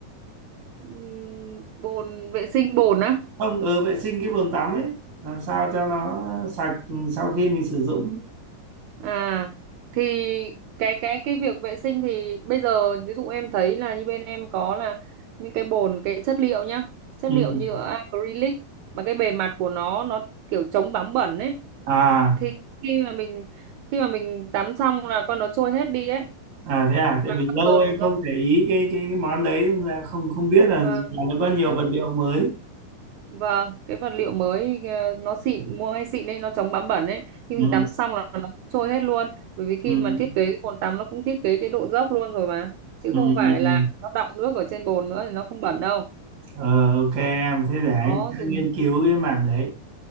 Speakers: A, on the right; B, on the right.
A: Ừm, Bồn vệ sinh bồn á.
B: không ở vệ sinh cái bồn tắm ấy làm sao cho nó sạch sau khi mình sử dụng ấy.
A: À thì cái cái cái việc vệ sinh thì bây giờ ví dụ em thấy là như bên em có là những cái bồn cái chất liệu nhá, chất
B: ừ.
A: liệu như acrylic mà cái bề mặt của nó nó kiểu chống bám bẩn ấy
B: à
A: thì khi mà mình khi mà mình tắm xong là con nó trôi hết đi ấy
B: À thế à,
A: và
B: tại vì
A: bao
B: lâu
A: giờ
B: anh
A: nó
B: không để ý cái cái, cái món đấy nên là không không biết là
A: vâng
B: nó có nhiều
A: các-
B: vật liệu mới.
A: vâng cái vật liệu mới ờ, nó xịn mua ngay xịn đấy nó chống bám bẩn ấy khi
B: Ừ,
A: mình tắm xong là nó cũng trôi hết luôn bởi vì khi
B: ừ,
A: mà thiết kế cái bồn tắm nó cũng thiết kế cái độ dốc luôn rồi mà chứ
B: ừ,
A: không phải
B: ừ. ừ.
A: là nó đọng nước ở trên bồn nữa thì nó không bẩn đâu
B: Ờ, ok em, thế để anh
A: có
B: sẽ
A: dùng
B: nghiên cứu cái mảng đấy.